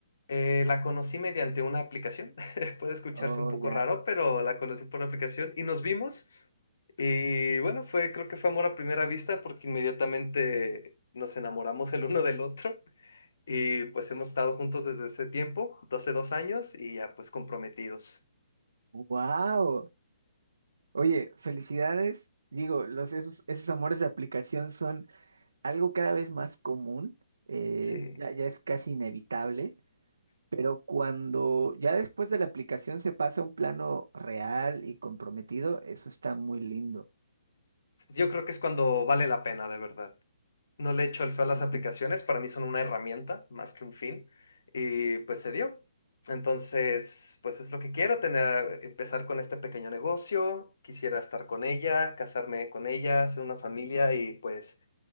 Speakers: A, on the left; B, on the right.
A: eh, la conocí mediante una aplicación. <laughs> Puede escucharse
B: Oh,
A: un poco
B: ya.
A: raro, pero la conocí por una aplicación y nos vimos. Y bueno, fue, creo que fue amor a primera vista porque inmediatamente nos enamoramos el uno del otro y pues hemos estado juntos desde ese tiempo, 12 dos años y ya pues comprometidos.
B: Wow. Oye, felicidades. Digo, los, esos, esos amores de aplicación son algo cada vez más común. eh,
A: Sí,
B: ya, ya es casi inevitable. Pero cuando ya después de la aplicación se pasa a un plano real y comprometido, eso está muy lindo.
A: yo creo que es cuando vale la pena de verdad. No le echo el feo a las aplicaciones, para mí son una herramienta más que un fin, y pues se dio. Entonces, pues es lo que quiero, tener, empezar con este pequeño negocio, quisiera estar con ella, casarme con ella, hacer una familia y pues